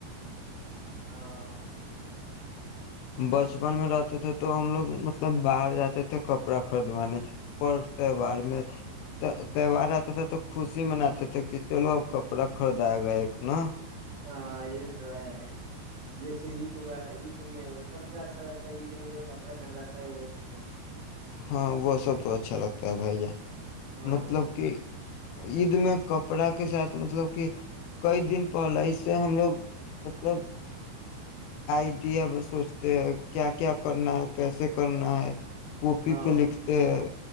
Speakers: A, on the right; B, on the left.
A: ہاں
B: بچپن میں رہتے تھے تو ہم لوگ مطلب باہر جاتے تھے کپڑا خریدوانے سے پر تہوار میں تہوار آتا تھا تو خوشی مناتے تھے کہ چلو اب کپڑا خریدائے گا ایک ن
A: ہاں یہ تو ہے جیسے عید عید میں سب سے اچھا لگتا ہے عید میں جو کپڑا گھر جاتا ہے وہ اس
B: ہاں وہ سب تو اچھا لگتا ہے بھائی جان
A: ہاں
B: مطلب کہ عید میں کپڑا کے ساتھ مطلب کہ کئی دن پہلے اس سے ہم لوگ مطلب آئیڈیا سوچتے ہیں کیا کیا کرنا ہے کیسے کرنا ہے کاپی
A: ہاں
B: پہ لکھتے ہیں